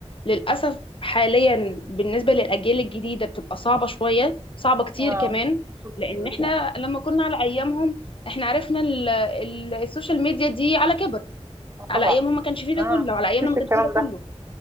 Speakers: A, on the left (about 50°); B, on the right (about 25°).
A: للاسف حاليا بالنسبة للاجيال الجديدة بتبقى صعبة شوية صعبة كتير
B: اه
A: كمان لان
B: الأسبوع.
A: احنا لما كنا على ايامهم احنا عرفنا ال- ال- السوشيال ميديا دي على كبر
B: آه،
A: على
B: طبعا
A: ايامهم ما كانش فيه ده
B: اه
A: كله على ايامنا
B: مفيش
A: ما كانش
B: الكلام
A: فيه ده
B: ده
A: كله